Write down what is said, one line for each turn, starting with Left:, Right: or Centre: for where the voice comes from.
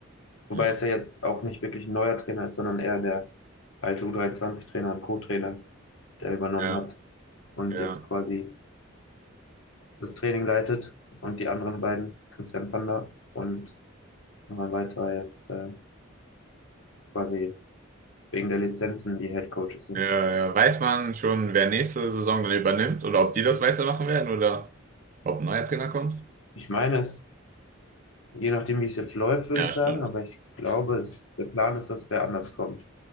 Left: Wobei
Right: Ja,
Left: es ja jetzt auch nicht wirklich ein neuer Trainer ist, sondern eher der alte U23-Trainer und Co-Trainer, der übernommen
Right: ja,
Left: hat. und
Right: ja,
Left: jetzt quasi das Training leitet und die anderen beiden, Christian Panda und noch ein weiterer jetzt äh, quasi wegen der Lizenzen die Head Coaches sind.
Right: ja. ja. Weiß man schon, wer nächste Saison dann übernimmt oder ob die das weitermachen werden oder ob ein neuer Trainer kommt?
Left: Ich meine es, je nachdem, wie es jetzt läuft, würde
Right: Ja,
Left: ich
Right: stimmt.
Left: sagen, aber ich glaube, es, der Plan ist, dass wer anders kommt.